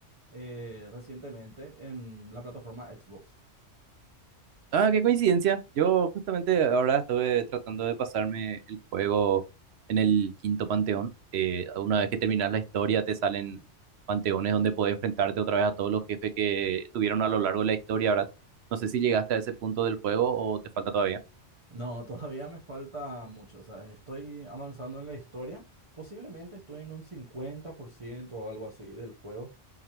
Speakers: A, on the right; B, on the right.
A: eh, recientemente en la plataforma Xbox.
B: Ah, qué coincidencia. Yo justamente ahora estuve tratando de pasarme el juego en el quinto panteón. Eh, una vez que terminas la historia, te salen panteones donde puedes enfrentarte otra vez a todos los jefes que tuvieron a lo largo de la historia, ¿verdad? No sé si llegaste a ese punto del juego o te falta todavía.
A: No, todavía me falta mucho. O sea, estoy avanzando en la historia. Posiblemente estoy en un 50% o algo así del juego.